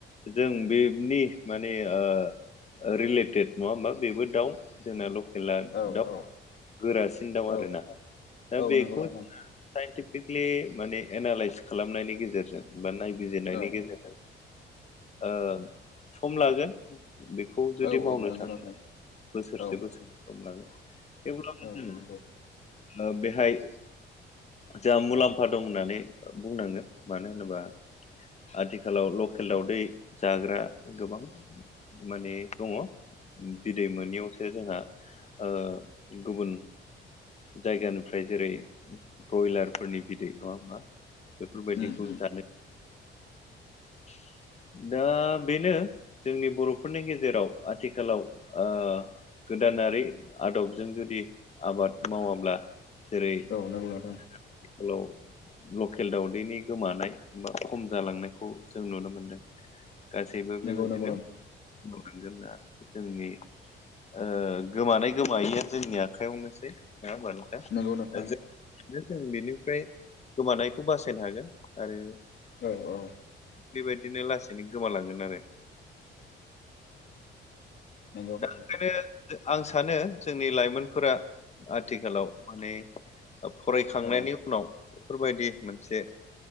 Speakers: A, on the left (about 35°); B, on the left (about 60°).
A: जों बेनि माने ओ रिलेटेड नङा होमबा बेबो दाउ जोंना ल' खेला
B: औ
A: दा
B: औ
A: गोरासिन दाउ
B: औ
A: आरोना दा
B: औ
A: बेखौ
B: नंगौ नोंथां
A: जोङो साइन्टिफिकलि माने एनालइस खालामनायनि गेजेरजों बा नायबिजिरनायनि
B: औ
A: गेजेरजों ओ सम लागोन बेखौ
B: औ
A: जुदि मावनो
B: औ नंगौ
A: थांङो।
B: नोंथां
A: बोसोरसे
B: औ
A: बोसोरनै हमनांगोन
B: औ नंगौ
A: <unintelligible> ओ बेहाय जोहा मुलाम्फा दं होननानै बुंनांगोन मानो होनोबा आथिखालाव लकेल दावदै जाग्रा गोबां माने दङ बिदै मोनैयावसो जोंहा ओ गुबुन जायगानिफ्राय जेरै ब्रयलारफोरनि बिदै नङा ओमबा। बेफोरबायदिखौ
B: उम उम
A: जानो <inaudible> दा बेनो जोंनि बर'फोरनि गेजेराव आथिखालाव ओ गोदानारि आदबजों जुदि आबाद मावाब्ला जेरै
B: औ नंगौ नोंथां
A: आथिखालाव लकेल दावदैनि गोमानाय बा खम जालांनाय खौ जों नुनो मोनदों गासैबो
B: नंगौ
A: बेबायदिनो
B: नंगौ नोंथां
A: मावलांगोना जोंनि ओ गोमानाय गोमायैआ जोंनि आखायावनोसै नङा होमबा।
B: नंगौ नोंथां
A: ओ जों बेनिफ्राय गोमानायखौ बासायनो हागोन आरो
B: औ औ।
A: बेबायदिनो लासैनो गोमालांगोन आरो।
B: नंगौ
A: दा
B: नोंथां।
A: आं सानो जोंनि लाइमोनफोरा आथिखालाव माने फरायखांनायनि
B: औ
A: उनाव बेफोरबायदि मोनसे